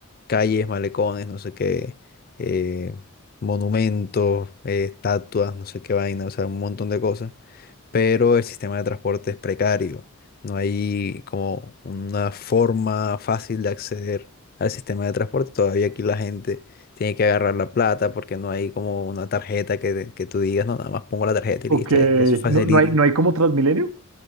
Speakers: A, on the left; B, on the right.
A: calles, malecones, no sé qué, eh, monumentos, eh, estatuas, no sé qué vaina, o sea, un montón de cosas. Pero el sistema de transporte es precario. No hay como una forma fácil de acceder al sistema de transporte. Todavía aquí la gente tiene que agarrar la plata porque no hay como una tarjeta que, que tú digas, no, nada más pongo la tarjeta
B: Ok,
A: y listo, y eso facilita.
B: no, no hay, no hay como Transmilenio.